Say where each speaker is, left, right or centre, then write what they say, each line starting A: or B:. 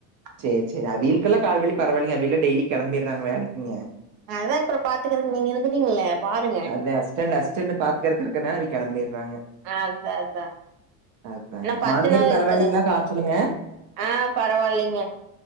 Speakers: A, on the right; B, on the right.
A: சேரி சேரி அவீகளுக்கெல்லா கால்வலி பரவால்லைங்க அவீகலா டெய்லி கெளம்பிட்றாங்க வேலைக்குங்க
B: அதா அப்ற பாத்துக்கறக்கு நீங்க இருக்குறீங்லே பாருங்க
A: அதே அஸ்டன்ட் அஸ்டன்டு பாத்துக்கறக்கு இருக்கனால அவி கெளம்பிட்றாங்க
B: ஆ அதுதா அதா
A: அதாங்க
B: இன்ன பத்து
A: மாமியாருக்கு
B: நாள் இருக்குதுங்
A: பரவாயில்லைங்களா காய்ச்சலுங்க
B: ஆ பரவால்லைங்க